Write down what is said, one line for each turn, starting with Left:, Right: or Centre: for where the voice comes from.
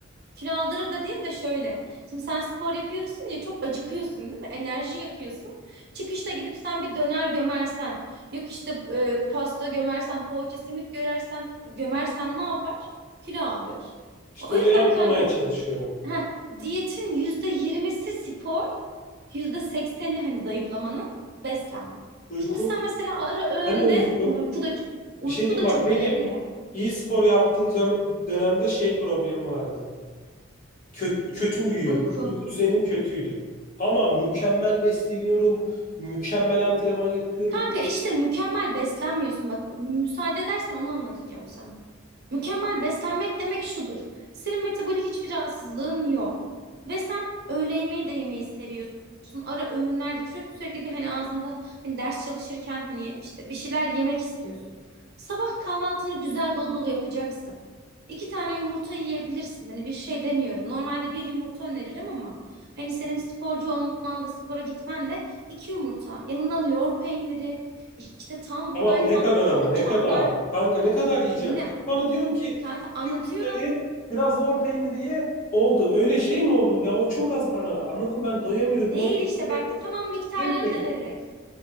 Right: Kilo aldırır da diyeyim de şöyle. Şimdi sen spor yapıyorsun ya çok acıkıyorsun değil mi? Enerji yakıyorsun. Çıkışta gidip sen bir döner gömersen, yok işte e, pasta gömersen, poğaça, simit görersen, gömersen ne yapar? Kilo aldırır.
Left: İşte
Right: O
Left: öyle
Right: yüzden
Left: yapmamaya
Right: kanka
Left: çalışıyorum.
Right: Heh, diyetin yüzde yirmisi spor, yüzde sekseni hani zayıflamanın beslenme.
Left: Uyku.
Right: Şimdi sen mesela ara öğünde
Left: Hani uyku?
Right: uyku da uyku
Left: Bir şey diyeyim
Right: da
Left: bak
Right: çok
Left: benim
Right: önemli.
Left: iyi spor yaptığım zöm- dönemde şey problemi vardı. Kötü, kötü uyuyordum.
Right: Uyku.
Left: Uyku düzenim kötüydü. Ama mükemmel besleniyorum. Mükemmel antrenman yapıyorum.
Right: Kanka işte mükemmel beslenmiyorsun. Bak müsaade edersen onu anlatacağım sana. Mükemmel beslenmek demek şudur. Senin metabolik hiçbir rahatsızlığın yok. Ve sen öğle yemeği de yemeyi seviyorsun. Ara öğünlerde sürekli sürekli bir hani ağzında hani ders çalışırken hani işte bir şeyler yemek istiyorsun. Sabah kahvaltını güzel dolu dolu yapacaksın. İki tane yumurta yiyebilirsin. Hani bir şey demiyorum. Normalde bir yumurta öneririm ama hani senin sporcu olman da spora gitmen de iki yumurta. Yanına lor peyniri, işte tam buğday,
Left: Tamam ne
Right: tam
Left: kadar
Right: tahıllı
Left: ama ne
Right: çavdar
Left: kadar? Kanka ne kadar yiyeceğim?
Right: dinle
Left: Sen bana diyorsun ki
Right: Kanka anlatıyorum.
Left: yumurtayı biraz lor peyniri ye. Oldu. Öyle şey mi olur ya? O çok az bana. Anladım ben doyamıyorum.
Right: Değil
Left: O yüzden
Right: işte bak
Left: de
Right: tamam miktarlarını
Left: süremiyorum
Right: da vererek
Left: bunu.